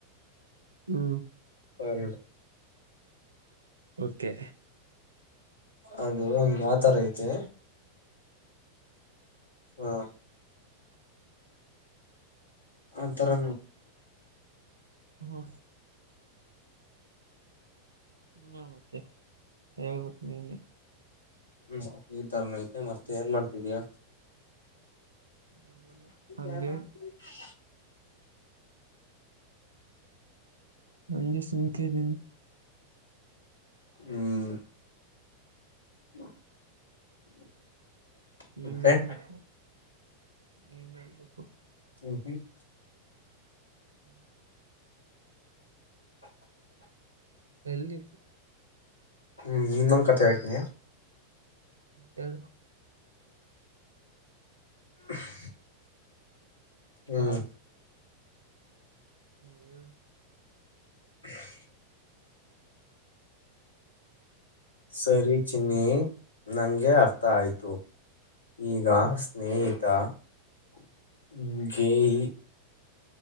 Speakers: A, on the right; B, on the left.
A: hmm
B: add
A: okay
B: ಅದು ಒಂದ್ಗೆ ಯಾವತರ ಐತೆ ಹ್ಮ ಅತರ..
A: ಹ್ಮ ಇಹ್ಮ್ಮ್ಮ್ ಮತ್ತೆ ಹೇಳ್ಬಟ್ಟ ನೀನೆ..
B: ಹ್ಮ್ ಈ ತರನ ಐತೆ ಮತ್ತೆ ಏನ್ ಮಾಡ್ತಿದಿಯಾ.
A: ಏನಿಲ್ಲ
B: <unintelligible>
A: ಹಂಗೆ ನಂಗೆ ಸುಮ್ಕೆ ಇದ್ದೀನಿ
B: ಹ್ಮ್. <inaudible>
A: ನೀನು
B: ಮತ್ತೆ
A: ಹೇಳಬೇಕು ನೀನು ಹೇಳಬೇಕು
B: ಹಕ <inaudible>
A: <inaudible>
B: <unintelligible>
A: ಎಲ್ದತ್ತು
B: ಹ್ಮ್ ಇನ್ನೊಂದು ಕಥೆ ಹೇಳ್ತಿಯ
A: ಹೇಳು.
B: <unintelligible> ಹ್ಮ್
A: ಹಾ ಹ್ಮ್ ಹೇಳ
B: <inaudible> ಸರಿ ಚಿನ್ನಿ ನನಗೆ ಅರ್ಥ ಆಯಿತು ಈಗ
A: ಹ್ಮ್
B: ಸ್ನೇಹಿತ. <unintelligible>